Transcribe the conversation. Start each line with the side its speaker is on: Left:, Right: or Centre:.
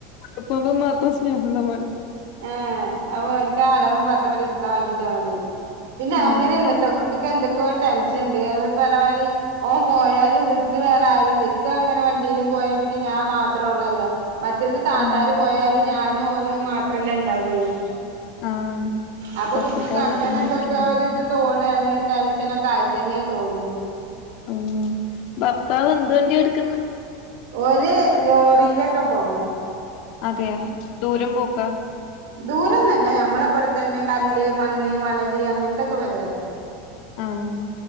Left: സ്‌കൂപ്പോമ്പം മാത്രം സ്നേഹള്ള മോൻ.
Right: ആഹ് അപ്പൊ ഓൻക്ക് ആ അടവും പറഞ്ഞിവിടെ ഇരിക്കാൻ വേണ്ടീട്ടാ ഓന്. പിന്നെ
Left: ആഹ്
Right: അങ്ങനെയല്ലട്ടോ കുട്ടി ട്ടിക്ക് എന്തൊക്കൊരു ടെൻഷൻണ്ട് അ ഇ പറഞ്ഞമാരി ഓൻ പോയാല് വീട്ടില് വേറെ ആരൂല്ല ഇക്ക അങ്ങനെ വണ്ടിയിലും പോയാ പിന്നെ ഞാൻ മാത്രേ ഒള്ളല്ലോ മറ്റേത് താത്താര്
Left: ആഹ്
Right: പോയാല് ഞാനും ഓനും മാത്രല്ലേ ഒണ്ടാവൊള്ളു
Left: ആഹ്
Right: അപ്പൊ
Left: ഇപ്പൊ ഒറ്റക്കാ
Right: കുട്ടിക്ക്
Left: വീട്ടിലിരിക്കണത്
Right: അങ്ങനെ എന്തൊക്കെ ഒരു ഇത് തോന്നേണ് ടെൻഷനൊക്കെ ആയിട്ട് തന്നെ തോന്നും
Left: ആഹ് ഭർത്താവ് എന്ത് വണ്ടിയാ എട്ക്ക്ന്ന്
Right: ഓര് ലോറീലൊക്കെ പോവ.
Left: അതെയ ദൂരം പോക്ക?
Right: ദൂരൊന്നല്ല ഞമ്മള ഇവിടെത്തന്നെ കല്ല്, മണ്ണ്, മണല് അങ്ങനത്തൊക്കെ പരിപാടി.
Left: ആഹ്